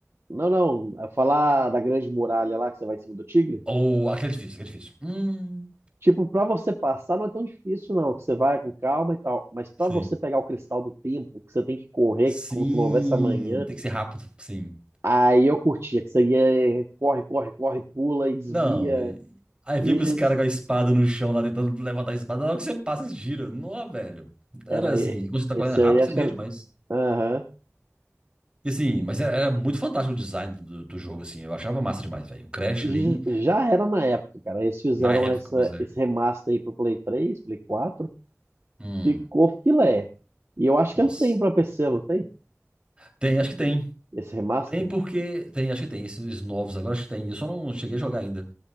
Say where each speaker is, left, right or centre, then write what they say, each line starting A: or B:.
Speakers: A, on the right; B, on the right.
A: Não, não. é Falar da Grande Muralha lá que você vai em cima do tigre.
B: Ou, aquele é difícil, aquele é difícil. Hum,
A: Tipo, pra você passar não é tão difícil, não. Que você vai com calma e tal. Mas pra
B: sim.
A: você pegar o cristal do tempo, que você tem que correr
B: Sim,
A: como se não houvesse amanhã,
B: tem que ser rápido, sim.
A: aí eu curtia. Que você ia, corre, corre, corre, pula e desvia.
B: Não, e- aí
A: Isso.
B: fica os caras com a espada no chão lá, tentando levantar a espada. Na hora que você passa, gira. Não, velho. Era
A: É, mas
B: assim, quando você tá
A: esse
B: correndo rápido,
A: aí acho
B: você morria
A: que era.
B: demais.
A: Aham.
B: E assim, mas era era muito fantástico o design do, do jogo, assim. Eu achava massa demais, velho. O Crash
A: J-
B: ali,
A: Já era na época, cara. Eles fizeram
B: na época,
A: essa,
B: pois é.
A: esse remaster aí pro Play 3, Play 4.
B: Hum,
A: Ficou filé. E eu acho
B: nossa.
A: que ele tem pra PC, não tem?
B: Tem, acho que tem.
A: Esse remaster.
B: Tem porque. Tem, acho que tem. Esses novos agora, acho que tem. Eu só não cheguei a jogar ainda.